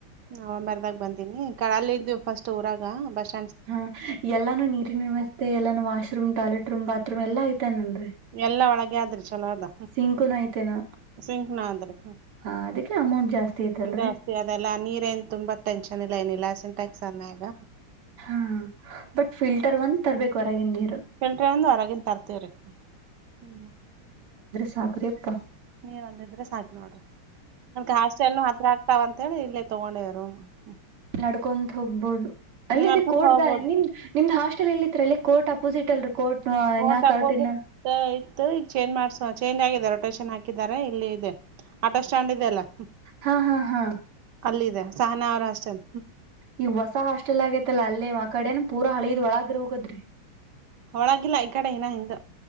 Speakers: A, on the right; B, on the right.
A: ನಾ ಬರ್ದಾಗ ಬಂದಿನಿ ಕಡಲ್ಲಿ ಇದ್ವಿ ಫಸ್ಟ್ ಊರಾಗ ಬಸ್ <unintelligible>
B: ಹಾ ಎಲ್ಲಾನು ನೀರಿನ ವ್ಯವಸ್ಥೆ ಎಲ್ಲಾನು ವಾಮ್ ಟಾಯ್ಲೆಟ್ ರೂಮ್ ಬಾತ್ರೂಮ್ ಎಲ್ಲಾ ಐತನನ್ರಿ
A: ಎಲ್ಲಾ ಒಳಗೆ ಆದ್ರಿ ಚಲೋ ಅದ
B: ಸಿಂಕುನು ಐತೆೇನೋ
A: ಸಿಂಕಣ ಆದ್ರೆ
B: ಹ ಅದಕ್ಕೆ ಅಮೌಂಟ್ ಜಾಸ್ತಿ ಐತಲ್ರರಿ
A: ಜಾಸ್ತಿ ಅದೆಲ್ಲ ನೀ ಇಏನ್ ತುಂಬಾ ಟೆನ್ ಇಲ್ಲ ಏನಿಲ್ಲಾಸ ಟಕ್ಸ್ ಅನ್ನಗ
B: ಹಾ ಬಟ್ ಫಿಲ್ಟರ್ ಒಂದ್ ತರ್ಬೇಕು ಹೊರಗೆ ನೀ
A: ಫಿಲ್ಟರ್ ಒಂದು ಹೊರಗನ್ ತರ್ತವ್ರಿ ಹ್ಮ ಫಿಲ್ಟರ್
B: ಸಾಖರೇಪ್ಪ
A: ನೀರ್ ಒಂದಿದ್ರೆ ಸಾಕ ನೋಡ್ರಿ ನನ್ಗೆ ಹಾಸ್ಟೆಲ್ ಹತ್ರ ಆಗ್ತಾವಂತ ದಡ ಇಲ್ಲೇ ತೊಗೊಂಡೇವರ <unintelligible>
B: ನಡ್ಕೊಂತ ಹೋಗ್ಬೋದು ಅಲ್ಲದ
A: ನಡ್ಕೊಂತ
B: ಕೋಡ್ದ
A: ಹೋಗ್ಬೋದು
B: ನಿಮ ನಿಮ ಹಷ್ಟ ಎಲ್ಲಿ ಕೋರ್ಟ್ ಅಪೋಸಿಟ್ಲ್ ಕೋರ್ಟ್
A: ಕೋಟ
B: ಇನ್ನ ಕರ್ಟ್
A: ಅಪೋಸಿಟ್
B: ಇನ್ನ
A: ಇತ್ತು ಈಗ ಚೇಂಜ್ ಮಡ್ಜರ್ ಚೇಂಜ್ ಆಗಿದೊ ಆಟಷನ್ ಹಾಕಿದ್ದಾರೆ ಇಲ್ಲಿ ಇದೆ ಆಟೋ ಸ್ಟ್ಯಾಂಡ್ ಇದೆ ಅಲ್ಲಾ
B: ಹಾ ಹಾ ಹಾ
A: ಅಲ್ಲ ಇದೆ ಸಹನ ಅವರ ಹಾಸ್ಟೆಲ್
B: ನೀವ್ ಹೊಸ ಹಾಸ್ಟೆಲ್ ಆಗೇತಲ್ಲಾ ಅಲ್ಲೇ ಆ ಕಡೆನ ಪೂರಾ ಹಳದ್ ಒಳಗ್ರ ಹೋಗದ್ರಿ
A: ಹಳಾಗಿಲ್ಲ ಈ ಕಡೆ ಇನ ಹಿಂದ